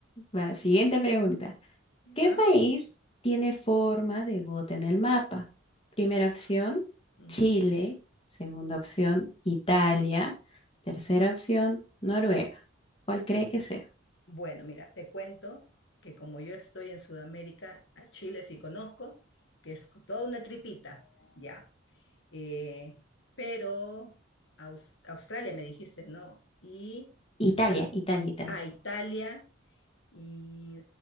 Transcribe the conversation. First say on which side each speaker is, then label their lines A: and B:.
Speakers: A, on the left; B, on the left.
A: Va, siguiente pregunta.
B: Ya.
A: ¿Qué país tiene forma de bote en el mapa? Primera opción,
B: Mm.
A: Chile. Segunda opción, Italia. Tercera opción, Noruega. ¿Cuál cree que sea?
B: Bueno, mira, te cuento que como yo estoy en Sudamérica, a Chile sí conozco, que es toda una tripita, ya. Eh, pero Aus- Australia me dijiste, ¿no? Y
A: Italia,
B: ¿cuál?
A: Italia, Italia.
B: Ah, Italia y